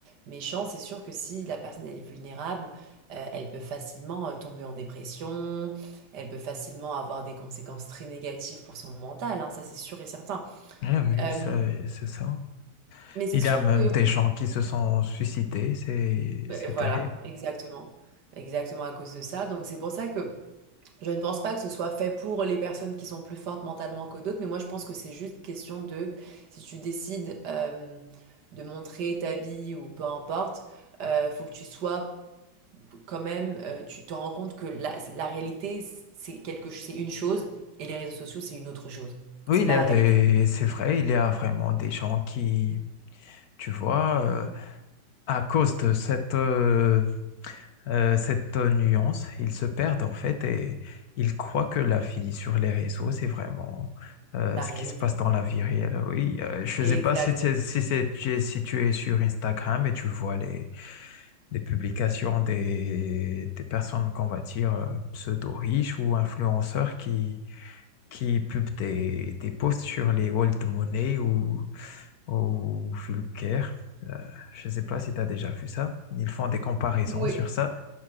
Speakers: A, on the right (about 70°); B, on the left (about 65°).
A: méchants, c'est sûr que si la personne, elle est vulnérable, euh, elle peut facilement euh, tomber en dépression, elle peut facilement avoir des conséquences très négatives pour son mental, hein, ça c'est sûr et certain.
B: Ah oui,
A: Euh,
B: c'est c'est ça.
A: mais c'est
B: Il
A: sûr
B: y a même
A: que
B: des gens qui se sont suicidés, c'est
A: Et
B: c'est
A: Voilà,
B: terrible.
A: exactement. Exactement à cause de ça. Donc c'est pour ça que je ne pense pas que ce soit fait pour les personnes qui sont plus fortes mentalement que d'autres, mais moi je pense que c'est juste question de, si tu décides euh, de montrer ta vie ou peu importe, euh, faut que tu sois quand même, euh, tu te rends compte que la, la réalité, c'est quelque, c'est une chose et les réseaux sociaux, c'est une autre chose.
B: Oui,
A: C'est
B: il
A: pas
B: y a
A: la réalité.
B: des, c'est vrai, il y a vraiment des gens qui, tu vois, euh, à cause de cette euh, euh, cette nuance, ils se perdent en fait et ils croient que la vie sur les réseaux, c'est vraiment euh,
A: La
B: ce
A: réalité.
B: qui se passe dans la vie réelle. Oui, euh, je ne
A: Exactement.
B: sais pas si tu es, si c'est- tu es- si tu es sur Instagram et tu vois les les publications des, des personnes qu'on va dire euh, pseudo-riches ou influenceurs qui, qui publient des, des posts sur les old money ou, ou Fulker. Euh, je ne sais pas si tu as déjà vu ça. Ils font des comparaisons
A: Oui.
B: sur ça.